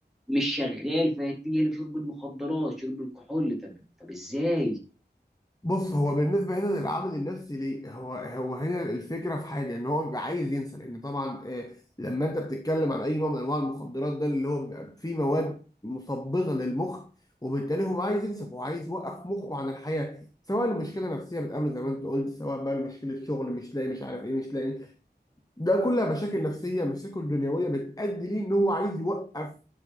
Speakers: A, in the centre; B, on the left.
A: مش شغال فيتجه لشرب المخدرات شرب الكحول طب طب ازاي
B: بص هو بالنسبة هنا للعامل النفسي ليه هو هو هنا الفكرة في حاجة ان هو بيبقى عايز ينسى لان طبعا آه، لما انت بتتكلم عن اي نوع من انواع المخدرات ده اللي هو بيبقى فيه مواد مثبطة للمخ وبالتالي هو عايز ينسى هو عايز يوقف مخه عن الحياة سواء المشكلة نفسية بتقابله زي ما انت قلت سواء بقى مشكلة شغل مش لاقي مش عارف ايه مش لاقي ده كلها مشاكل نفسية مشاكل دنيوية بتأدي ليه ان هو عايز يوقف